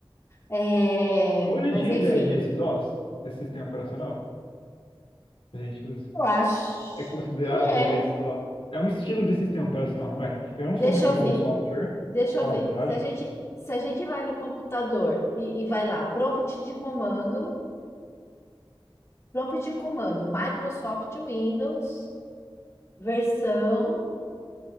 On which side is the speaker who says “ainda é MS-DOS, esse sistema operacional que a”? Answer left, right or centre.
Left